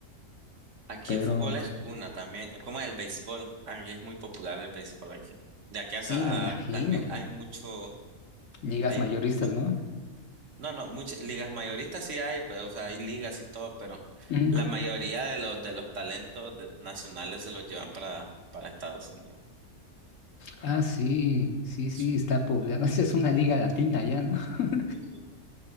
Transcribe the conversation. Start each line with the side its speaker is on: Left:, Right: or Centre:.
Right: Aquí
Left: Pero
Right: el fútbol es cuna también, como el béisbol. Aquí es muy popular el béisbol aquí. De aquí a,
Left: sí,
Right: Sa-
Left: me imagino.
Right: a- también hay mucho
Left: Ligas
Right: Hay
Left: mayoristas,
Right: mu-
Left: ¿no?
Right: no, no, muchas ligas mayoristas sí hay, pero o sea, hay ligas y todo, pero
Left: Mm,
Right: la mayoría de los de los talentos de- nacionales se los llevan para para Estados Unidos.
Left: Ah, sí, sí, sí,
Right: Sí,
Left: está poblado. <laughs> Esa es una liga latina ya, ¿no? <laughs>
Right: Sí, sí.